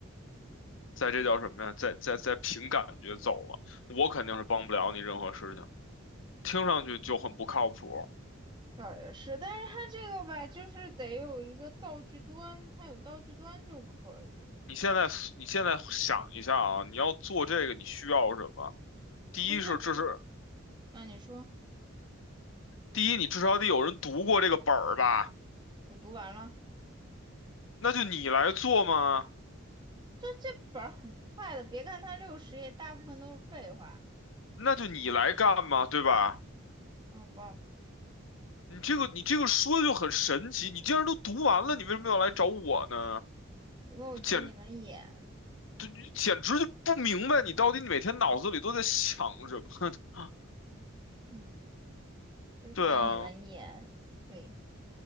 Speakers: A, on the left (about 65°); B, on the right (about 20°).
A: 在这叫什么呀？在在在凭感觉走了。我肯定是帮不了你任何事情，听上去就很不靠谱。
B: 倒也是，但是它这个吧，就是得有一个道具端，它有道具端就可以了。
A: 你现在你现在想一下啊，你要做这个你需要什么？第一是这是
B: 其实，啊，你说
A: 第一，你至少得有人读过这个本儿吧？
B: 我读完了，
A: 那就你来做嘛。
B: 这本儿很快的，别看它六十页，大部分都是废话，
A: 那就你来干嘛，对吧？
B: 好吧？
A: 你这个你这个说的就很神奇，你既然都读完了，你为什么要来找我呢？
B: 因为我觉得你能演，
A: 你简就，简直就不明白你到底每天脑子里都在想什么呢。
B: 嗯，就觉得你能演，
A: <laughs> 对啊，
B: 对，